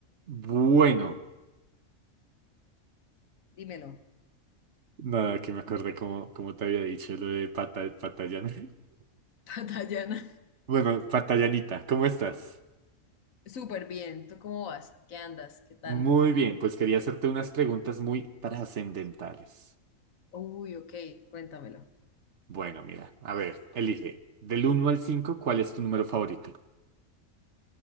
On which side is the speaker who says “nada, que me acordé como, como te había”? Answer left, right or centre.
Right